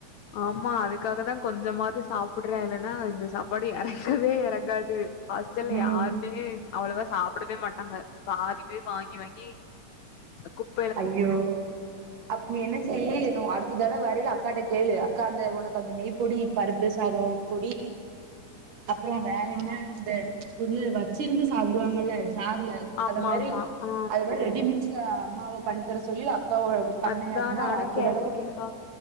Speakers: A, on the left (about 70°); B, on the right (about 75°).
A: ஆமா அதுக்காகதா கொஞ்சமாது சாப்புட்ற இல்லனா இந்த சாப்பாடு எறங்கவே எறங்காது ஹாஸ்டல்ல
B: ம்
A: யாருக்மே அவ்ளவா சாப்டவே மாட்டாங்க பாதி பேரு வாங்கி வாங்கி குப்
B: ஐய்யோ அப்ப நீ என்ன செய்யி அடுத் ததட வரைல அக்காட்ட கேளு அக்கா அந்த உனக்கு அந்த நெய் பொடி பருப்பு சாதோ பொடி
A: <inaudible>
B: அப்புறோ வேறென்ன இந்த உள்ள வெச்சிருந்து சாப்டுவாங்கல்ல ஜார்ல
A: ஆமா
B: அந்தமாரி
A: ஆமா ஆ
B: அதுமாரி ரெடி மிக்ஸ்ல அம்மாவ பண் தர சொல்லி அக்காவ பண்ணே
A: அதுதா
B: அப்புட்னா
A: நானு
B: அடுத்த
A: கேட்டிருக்கேன்க்கா
B: தடவ